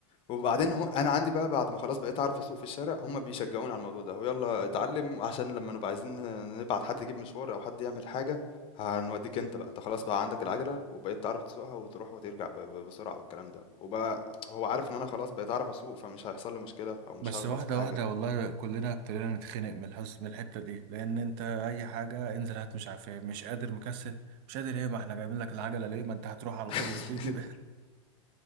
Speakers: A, on the left; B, on the right.
A: وبعدين هو أنا عندي بقى بعد ما خلاص بقيت أعرف أسوق في الشارع، هم بيشجعوني على الموضوع ده، ويالّا اتعلّم عشان لمّا نبقى عايزين نبعت حد يجيب مشوار أو حد يعمل حاجة، هنودّيك أنت بقى، أنت خلاص بقى عندك العجلة وبقيت تعرف تسوقها وتروح وترجع ب ب بسرعة والكلام ده. وبقى هو عارف إن أنا خلاص بقيت أعرف أسوق، فمش هيحصل لي مشكلة أو مش
B: بس
A: هاخبط
B: واحدة
A: في حاجة.
B: واحدة والله كلنا ابتدينا نتخنق من الحس من الحتة دي لأن أنت أي حاجة انزل هات مش عارف إيه مش قادر مكسل مش قادر إيه ما إحنا جايبين لك العجلة ليه ما أنت هتروح على
A: <laughs>
B: طول وتيجي